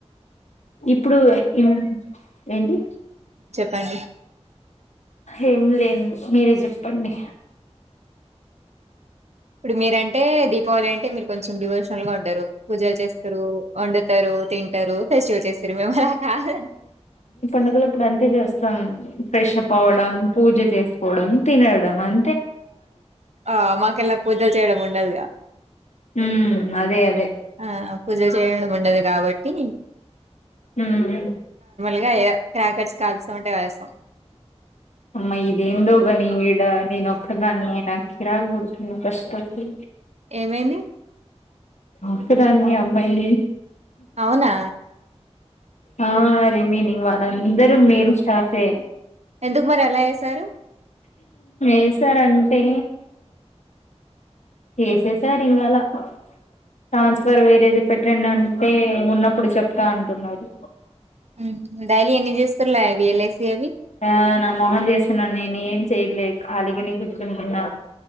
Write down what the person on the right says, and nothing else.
పండి
ఇప్పుడు మీరంటే దీపావళి అంటే మీరు కొంచెం డివోషనల్ గా ఉంటారు పూజలు చేస్తారు, వండుతారు, తింటారు ఫెస్టివల్ చేస్తారు, మేము అలా కాదండ్
ఆ మాకల్ల పూజలు చేయడం ఉండదిగ
ఆ పూజలు చేయడం ఉండదు గాబట్టి
ఇంగా ఏదో క్రాకర్స్ కాలుస్తామంటే కాలుస్తాం
ఏమైంది
అవునా
ఎందుకు మరి అలా వేసారు
ఊహు డైలీ ఎన్ని చేస్తారులే అవి ఎల్ఐసి అవి